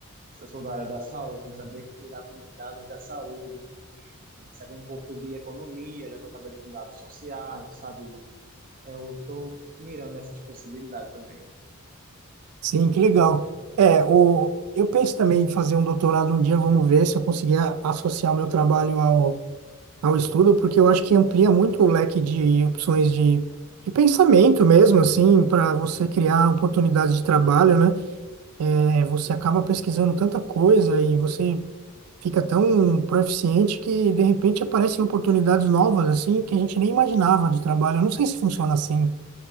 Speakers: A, on the right; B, on the right.
A: se eu sou da área da saúde, então saber lidar com dados da saúde, saber um pouco de economia, já que eu trabalho com dados sociais, sabe? Eu estou mirando essas possibilidades também.
B: Sim, que legal. É, o, eu penso também em fazer um doutorado um dia, vamos ver se eu conseguir a- associar o meu trabalho ao, ao estudo, porque eu acho que amplia muito o leque de opções de, de pensamento mesmo, assim, para você criar oportunidades de trabalho, né? É, você acaba pesquisando tanta coisa e você fica tão proficiente que de repente aparecem oportunidades novas assim que a gente nem imaginava de trabalho. Eu não sei se funciona assim.